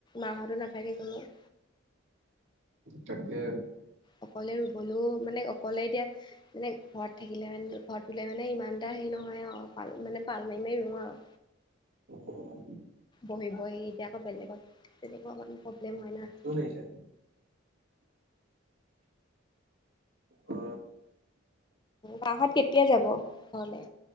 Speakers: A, on the left; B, on the right.
A: মাহঁতো নাথাকে কোনো। <inaudible>
B: তাকে।
A: অকলে ৰুবলৈও মানে অকলে এতিয়া মানে ঘৰত থাকিলে মানে ঘৰত ৰুলে মানে ইমান এটা হে নহয় অ পাল মানে পাল মাই মাই ৰুওঁ আৰু।
B: উম
A: বহি বহি এতিয়া আকৌ বেলেগত তেনেকুৱা অকণ প্ৰব্লেম হয় না। <inaudible>
B: কোন আহিছে? অ
A: বাহঁত কেতিয়া যাব ঘৰলে?